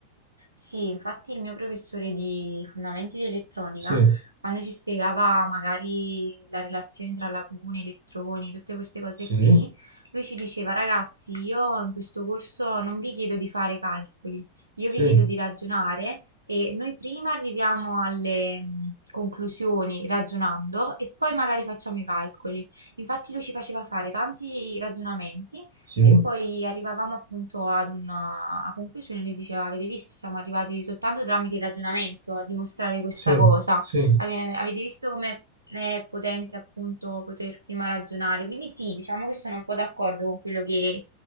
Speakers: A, on the right; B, on the right.
A: Sì, infatti il mio professore di fondamenti di elettronica,
B: Sì,
A: quando ci spiegava magari la relazione tra lacune, elettroni, tutte queste cose
B: sì,
A: qui, lui ci diceva, ragazzi, io in questo corso non vi chiedo di fare calcoli, io
B: sì,
A: vi chiedo di ragionare e noi prima arriviamo alle mh, conclusioni ragionando e poi
B: sì,
A: magari facciamo i calcoli. Infatti lui ci faceva fare tanti ragionamenti
B: sì,
A: e poi arrivavamo appunto ad una a conclusione, lui diceva, avete visto, siamo arrivati soltanto tramite il ragionamento a dimostrare questa
B: sì,
A: cosa, Ave- avete visto come è potente appunto poter prima ragionare, quindi sì, diciamo che sono un po' d'accordo con quello che,